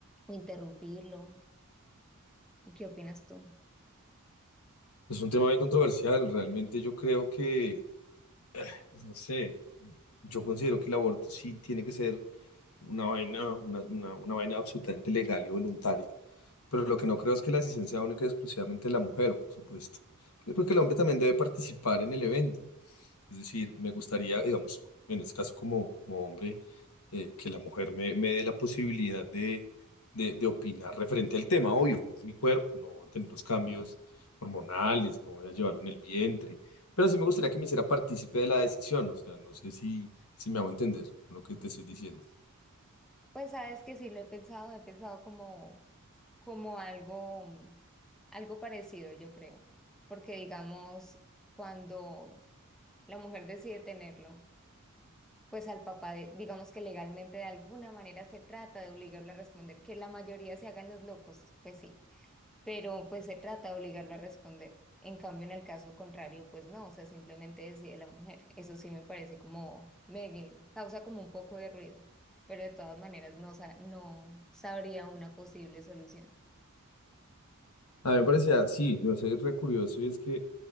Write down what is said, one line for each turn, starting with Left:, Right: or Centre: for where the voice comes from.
Centre: o interrumpirlo. ¿Y qué opinas tú?
Left: Es un tema bien controversial, realmente yo creo que, pues, no sé, yo considero que el aborto sí tiene que ser una vaina, una, una- una vaina absolutamente legal y voluntaria, pero lo que no creo es que la decisión sea única y exclusivamente de la mujer, por supuesto, porque creo que el hombre también debe participar en el evento. Es decir, me gustaría, digamos, en este caso como como hombre, eh, que la mujer me, me dé la posibilidad de, de, de opinar referente al tema. Obvio, no es mi cuerpo, no voy a tener los cambios hormonales, no voy a llevarlo en el vientre, pero sí me gustaría que me hiciera partícipe de la decisión, o sea, no sé si, si me hago entender con lo que te estoy diciendo.
Centre: Pues sabes que sí lo he pensado, he pensado como, como algo, mm, algo parecido, yo creo, porque digamos, cuando la mujer decide tenerlo, pues al papá, de- digamos que legalmente de alguna manera se trata de obligarlo a responder, que la mayoría se hagan los locos, pues sí. pero pues se trata de obligarlo a responder. En cambio, en el caso contrario, pues no, o sea, simplemente decide la mujer. Eso sí me parece como, me causa como un poco de ruido, pero de todas maneras no, sa- no sabría una posible solución.
Left: A mí me parecía, sí, debe ser re curioso y es que,